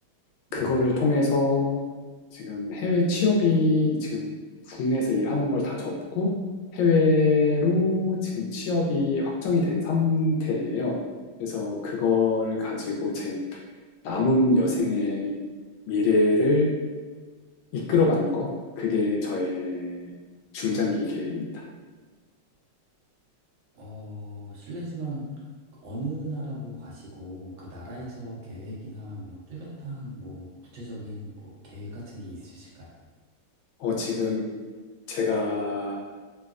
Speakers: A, on the right; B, on the left.
A: 네.
B: 그거를 통해서 지금 해외 취업이 지금 국내에서 일하는 걸 다 접고 해외로 지금 취업이 확정이 된 상태예요. 그래서 그거를 가지고 제 남은 여생의 미래를 이끌어가는 거, 그게 저의 중장기 계획입니다.
A: 어, 실례지만 어느 나라로 가시고 그 나라에서 계획이나 뭐 뚜렷한 뭐 구체적인 뭐 계획 같은 게 있으실까요?
B: 어, 지금 제가